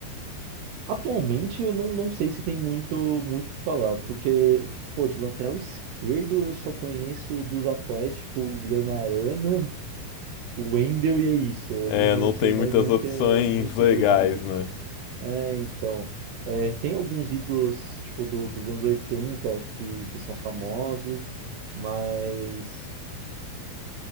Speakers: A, on the right; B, on the left.
A: Atualmente, eu não, não sei se tem muito muito o que falar, porque, pô, de lateral esquerdo eu só conheço dos atuais, tipo, o Guilherme Arana, o Wendel e é isso. Eu
B: É,
A: não, não
B: não
A: sei
B: tem
A: mais
B: muitas
A: nenhum
B: opções
A: que é muito
B: legais,
A: grande.
B: né?
A: É, então. é, tem alguns ídolos, tipo, do- dos anos 80 que, que são famosos, mas.